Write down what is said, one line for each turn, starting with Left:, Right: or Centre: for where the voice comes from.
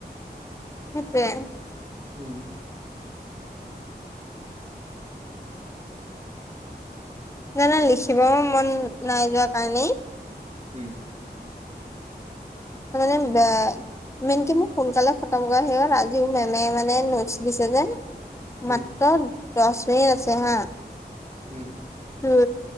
Left: সেইটোৱে।
Right: উম।
Left: জানা লিখিবও মন নাই যোৱা কাৰণেই
Right: হুম।
Left: মানে বে মেনকে মোক সোনকালে খতম সি হ'ল আজিও মেমে মানে নোটচ দিছে যে। মাত্ৰদচ
Right: উম
Left: মিনিট আছে হা
Right: উম।
Left: উম,